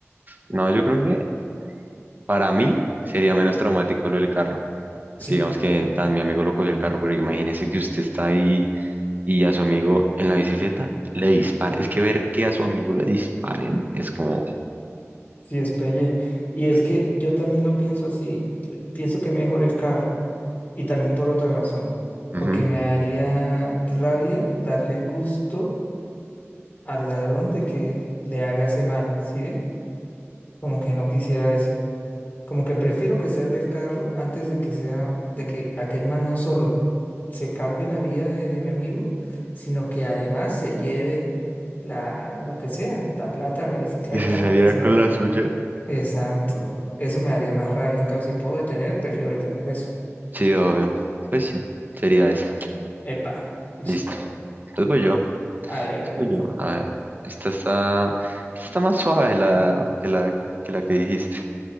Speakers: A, on the right; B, on the left.
A: No, yo creo que para mí sería menos traumático lo del carro. Porque
B: sí.
A: digamos que tan mi amigo lo cogió el carro, pero imagínese que usted está ahí y a su amigo en la bicicleta le dispara. Es que ver que a su amigo le disparen es como...
B: Sí, es pelle. Y es
A: joder.
B: que yo también lo pienso así. Pienso que mejor el carro. Y también por otra razón.
A: Ujú.
B: Porque me daría rabia darle el gusto al ladrón de que le haga ese mal, ¿sí? ve? Como que no quisiera eso. Como que prefiero que sea el del carro antes de que sea, de que aquel man no solo se cargue la vida de, de mi amigo, sino que además se lleve la, lo que sea, la plata, la bicicleta,
A: Y se saliera
B: lo que sea.
A: con la suya.
B: Exacto. Eso me daría más rabia. En cambio, si puedo detener, prefiero detener eso.
A: Sí, obvio. Pues sí, sería esa.
B: Epa, listo.
A: Listo. Entonces voy yo.
B: Hágale, hágale, hágale.
A: Voy yo. A ver, esta está, esta está más suave la, que la, que la que dijiste.